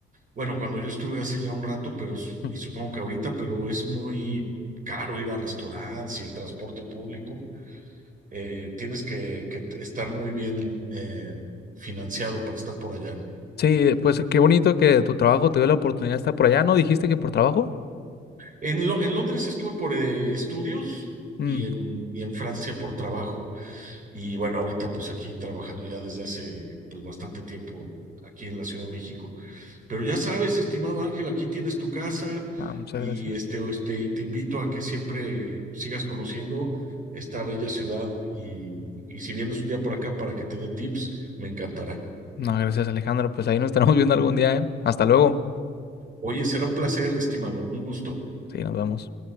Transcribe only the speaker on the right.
bueno, cuando yo estuve hace ya un rato, pero s-
y supongo que ahorita, pero es muy caro ir a restaurantes y el transporte público eh, tienes que, que estar muy bien eh, financiado para estar por allá, ¿no?
En, Lo- en Londres estuve por eh, estudios
y en, y en Francia por trabajo. Y bueno, ahorita pues aquí trabajando ya desde hace pues bastante tiempo aquí en la Ciudad de México. Pero ya sabes, estimado Ángel, aquí tienes tu casa
y
este, este, te invito a que siempre sigas conociendo esta bella ciudad y, y si vienes un día por acá para que te dé tips, me encantará.
Oye, será un placer, estimado, un gusto.